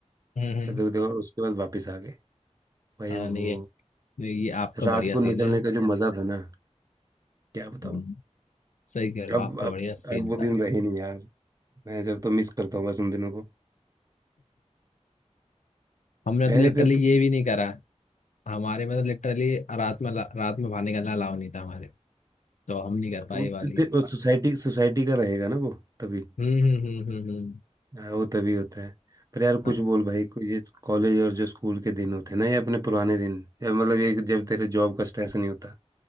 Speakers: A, on the left (about 85°); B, on the right (about 30°).
A: हम्म हम्म,
B: पता वो देखा और उसके बाद वापस आ गए भाई
A: हाँ
B: ओहो
A: नहीं है नहीं, ये आपका
B: रात
A: बढ़िया सीन
B: को निकलने
A: है
B: का जो मजा था ना क्या बताऊं
A: हम्म, सही कह रहे हो
B: अब
A: आपका
B: अब
A: बढ़िया सीन
B: अब वो
A: था
B: दिन रहे नहीं यार मैं जब तो मिस करता हूँ बस उन दिनों को
A: हमने
B: रहे
A: तो लिटरली
B: थे तो,
A: ये भी नहीं करा हमारे में तो लिटरली रात में रात में बाहर निकलना अलाउ नहीं था हमारे तो हम नहीं कर पाए
B: तो,
A: ये
B: तो,
A: वाली
B: सोसाइटी सोसाइटी का रहेगा ना वो तभी
A: हम्म, हम्म, हम्म, हम्म, हम्म
B: हाँ, वो तभी होता है पर यार
A: हाँ
B: कुछ बोल भाई कुछ ये कॉलेज और जो स्कूल के दिन होते हैं ना ये अपने पुराने दिन या मतलब ये जब तेरे जॉब का स्ट्रेस नहीं होता